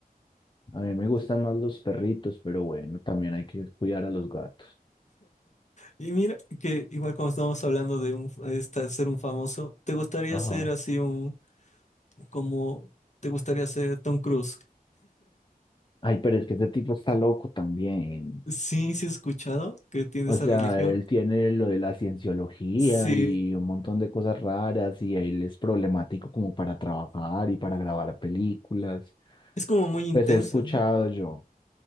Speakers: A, on the left (about 30°); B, on the left (about 50°).
A: a mí me gustan más los perritos, pero bueno, también hay que cuidar a los gatos.
B: y mira que igual como estamos hablando de un de esta- ser un famoso, ¿te gustaría
A: Ajá.
B: ser así un como te gustaría ser Tom Cruise?
A: Ay, pero es que ese tipo está loco también.
B: Sí, sí he escuchado que tiene
A: O
B: esa
A: sea,
B: religión.
A: él tiene lo de la cienciología
B: Sí,
A: y un montón de cosas raras y él es problemático como para trabajar y para grabar películas.
B: es como muy intenso,
A: Pues he escuchado
B: ¿no?
A: yo.